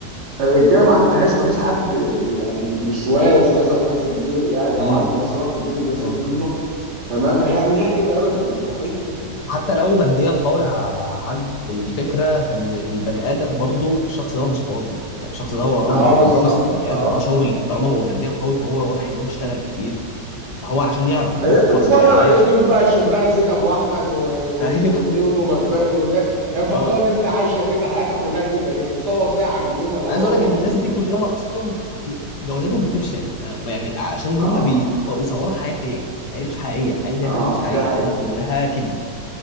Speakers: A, on the right; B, on the left.
A: الرجالة ما عندهاش ما فيش حد يعني مش وارث مثلا ورث كبير يعني
B: امم
A: او عنده مشروع كبير بيصرف
B: امم
A: منه تمام هيعمل لها كده ابدا مستحيل
B: حتى لو ماديا قوي يا حاج الفكره في ان البني ادم برضو الشخص ده هو مش فاضي يعني الشخص ده هو وراه
A: اه
B: هو
A: بالظبط
B: وراه مسؤوليات
A: اه
B: وراه شغل طالما هو ماديا قوي فهو واضح ان هو بيشتغل كتير فهو عشان يعرف يوفر
A: هي بتتفرج
B: ويعايشه
A: على اليوتيوب بقى تشوف لها زينب واحمد و... و...
B: <laughs> ايوه
A: ونيومي وبربري والناس هي مفكره
B: اه
A: الناس دي عايشه كده حياتها كلها كده هي بتصور ساعه في اليوم ولا
B: انا
A: حاجه
B: عايز
A: وخلاص
B: اقول لك الناس
A: وشكرا
B: دي كلها اصلا ب- جوازاتهم بتفشل آه، يعني عشان هم
A: اه
B: بيصوروا حياه فيك حياه مش حقيقيه حياه دي
A: اه
B: يا جماعه مش حقيقيه
A: دي حقيقة
B: الحياه دي كلها كذب